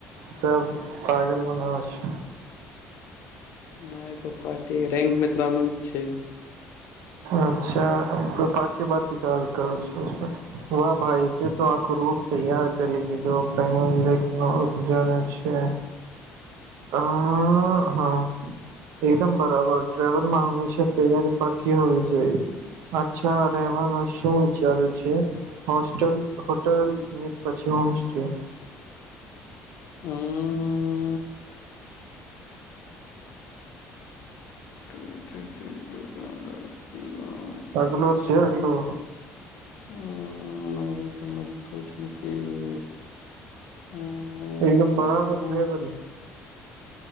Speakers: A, on the right (about 80°); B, on the left (about 70°).
A: સૌ પાાગલ બનાવે છે.
B: હા એ તો ફાર્ટ રેન્ક મિત્રનું જ છે.
A: અચ્છા પાછી બદલી કાલ કરું છું. વાહ ભાઈ! તે તો આખો રૂટ તૈયાર કરી દીધો પંગ લેક નવ જણ છે. આ હા એકદમ બરાબર ટ્રાવેલમાં હંમેશા તૈયારી પાકી હોવી જોઈએ. અચ્છા રહેવાનું શું વિચાર્યું છે? હોસ્ટેલ, હોટેલની પછી રૂમસ્ટે
B: હમ... <unintelligible>
A: અગલો છે અગલો
B: હમ મારે તો મળતું જ નથી. હું
A: એકદમ બરાબર
B: કહું
A: છે બ